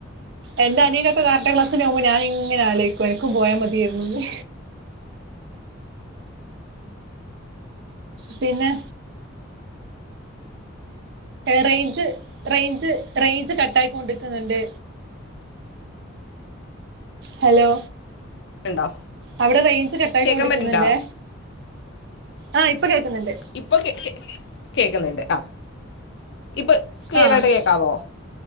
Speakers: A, on the right; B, on the left.
A: എന്റെ അനിയനൊക്കെ കരാട്ട ക്ലാസ്സിന് പോകുമ്പോ ഞാനിങ്ങനെ ആലോചിക്കും, എനിക്കും പോയാ മതിയായിരുന്നെന്ന്. പിന്നെ റേഞ്ച്, റേഞ്ച്, റേഞ്ച് കട്ടായിക്കൊണ്ടിരിക്കുന്നുണ്ട് ഹലോ!
B: ഉണ്ടോ
A: അവിടെ റേഞ്ച് കട്ടായി
B: കേക്കാൻ
A: കൊണ്ടിരിക്കുന്നുണ്ടേ
B: പറ്റണ്ടോ
A: ആ ഇപ്പൊ കേൾക്കുന്നുണ്ട്
B: ഇപ്പ കേൾക്കുന്നുണ്ട് ആ. ഇപ്പം ക്ലിയറായിട്ട്
A: ആഹ് അതെ
B: കേൾക്കാവോ